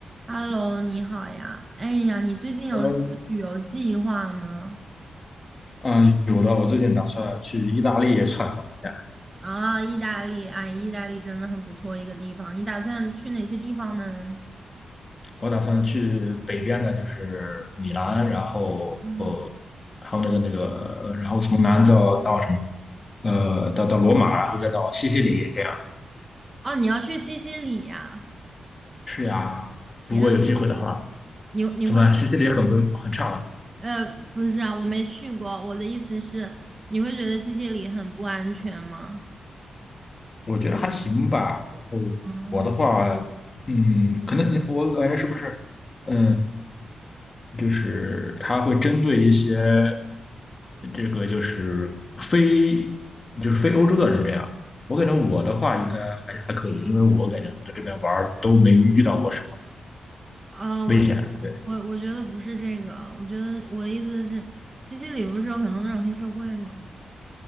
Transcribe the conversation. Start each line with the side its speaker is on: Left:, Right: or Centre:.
Right: Hello，你好呀。哎呀，你最近有什么旅游计划吗？
Left: Hello，嗯，有的，我最近打算去意大利窜访一下。
Right: 啊，意大利，哎，意大利真的很不错一个地方。你打算去哪些地方呢？
Left: 我打算去北边的，就是米兰，然后呃，
Right: 嗯，
Left: 还有那个那个，呃，然后从南到到什么，呃，到到罗马，然后再到西西里，这样。
Right: 哦，你要去西西里呀？
Left: 是呀，
Right: 天啊
Left: 如果有机会的话，
Right: 你你会
Left: 怎么样？西西里很不很差吗？
Right: 呃，不是啊，我没去过。我的意思是，你会觉得西西里很不安全吗？
Left: 我觉得还行吧。然后我的话，
Right: 啊，
Left: 嗯，可能你我感觉是不是，呃，就是他会针对一些这个就是非就是非欧洲的人这样。我感觉我的话应该还还可以，因为我感觉在这边玩儿都没遇到过什么
Right: 呃，我觉得我我觉得不是这个，
Left: 危险。对
Right: 我觉得我的意思是，西西里不是有很多那种黑社会吗？